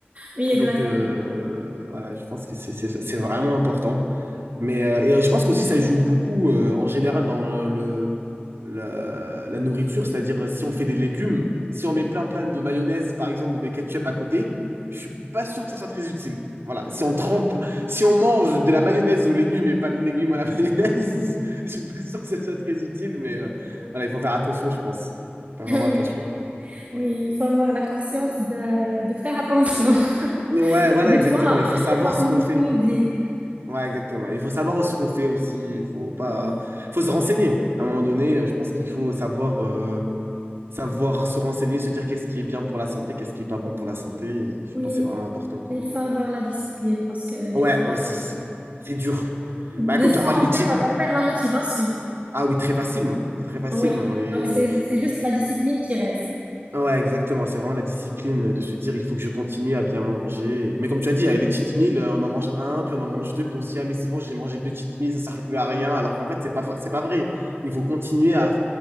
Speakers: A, on the right (about 40°); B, on the right (about 80°).
A: Oui, exactement.
B: Donc euh, voilà, je pense que c'est c'est- c'est vraiment important. Mais euh, et euh, je pense qu'aussi ça joue beaucoup euh, en général dans le, la, la nourriture, c'est-à-dire euh, si on fait des légumes, si on met plein plein de mayonnaise par exemple ou des ketchup à côté, je suis pas sûr que ça soit très utile. Voilà, si on trempe, si on mange de la mayonnaise aux légumes et pas de légumes à la <laughs> mayonnaise, je suis pas sûr que ça soit très utile, mais euh, voilà, il faut faire attention, je pense. Faut
A: <laughs>
B: Faire vraiment attention.
A: Oui, oui, il faut avoir la conscience de, de faire attention. <laughs>
B: Mais ouais,
A: Parce
B: voilà,
A: que des
B: exactement,
A: fois,
B: il faut savoir
A: des fois
B: ce
A: on,
B: qu'on fait.
A: on oublie.
B: Ouais, exactement. Il faut savoir ce qu'on fait aussi. Il faut pas,
A: Oui,
B: faut se renseigner. À un moment donné, euh, je pense qu'il faut savoir, euh, savoir se renseigner, se dire qu'est-ce qui est bien pour la santé, qu'est-ce qui est pas bon pour la santé. Et je
A: oui.
B: pense que c'est vraiment important, quoi.
A: Il faut avoir la discipline parce que des
B: Ouais,
A: fois,
B: aussi, c'est vrai. C'est dur.
A: des
B: Bah, comme
A: fois
B: tu as parlé des
A: on perd,
B: titres.
A: on perd la motivation.
B: Ah oui, très facilement. Très facilement.
A: Ah Oui,
B: Et
A: donc c'est, c'est juste la discipline qui reste.
B: Ouais, exactement. C'est vraiment la discipline de se dire, il faut que je continue à bien manger. Mais comme tu as dit, les cheat meals, euh, on en mange un, puis on en mange deux, puis on se dit, ah, mais c'est bon, j'ai mangé deux cheat meals, ça sert plus à rien. Alors qu'en fait, c'est pas, c'est pas vrai. Il faut continuer à,